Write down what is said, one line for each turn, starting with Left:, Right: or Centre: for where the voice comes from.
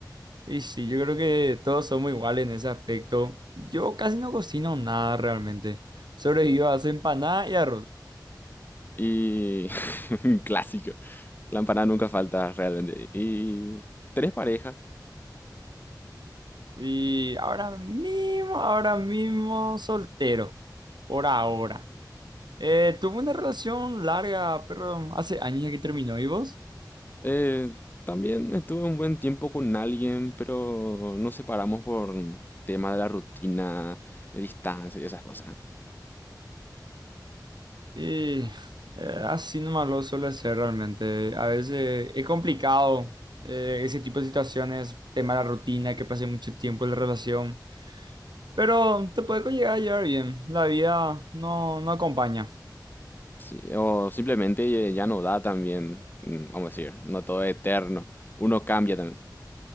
Right: Y sí, yo creo que todos somos iguales en ese aspecto. Yo casi no cocino nada realmente. Sobrevivo a hacer empanada y arroz.
Left: Y <laughs> un clásico. La empanada nunca falta realmente. ¿Y tenés pareja?
Right: Y ahora mismo, ahora mismo soltero. Por ahora. Eh, tuve una relación larga, pero hace años ya que terminó. ¿Y vos?
Left: Eh, también estuve un buen tiempo con alguien, pero nos separamos por tema de la rutina, de distancia y esas cosas.
Right: Y eh, así nomás lo suele ser realmente. A veces es complicado eh, ese tipo de situaciones, tema de la rutina, que pasé mucho tiempo en la relación. Pero te puede llegar a llevar bien. La vida no, no acompaña.
Left: Sí, o simplemente ya no da también, mm, vamos a decir, no todo es eterno, uno cambia también.